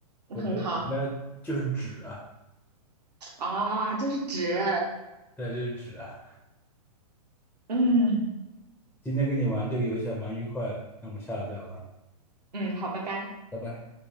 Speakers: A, on the right (about 80°); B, in the centre.
A: 很好。
B: 我觉得你应该就是纸啊，
A: 啊，这是纸。
B: 对，就是纸啊。
A: 嗯
B: 今天跟你玩这个游戏还蛮愉快的，那我们下次再玩。
A: 嗯，好，拜拜。
B: 拜拜。